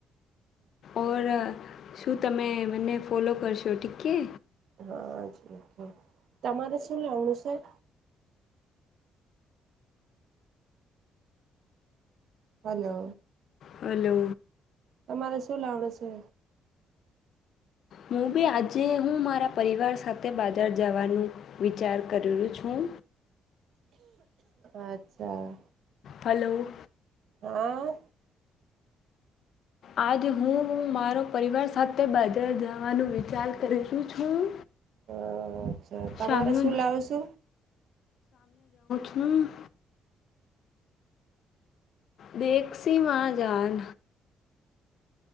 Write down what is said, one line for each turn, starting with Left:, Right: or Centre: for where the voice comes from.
Left: ઓ શું તમે મને ફોલો કરશો ઠીક હે
Right: હા, જી તમા તમારે શ અનુસાર હલો
Left: હલો
Right: તમારે શું લાવડે છે
Left: હુંબી આજે હું મારા પરિવાર સાથે બાજાર જવાનું વિચાર કરલું છું
Right: અચ્છા
Left: હલો
Right: હા
Left: આજ હું મારો પરિવાર સાથે બાજાર જવાનો વિચાર કરીશું છું
Right: હ, અચ્છા તમારે
Left: સામનો
Right: શું લાવું સે
Left: હમ દેખ સી મા જાન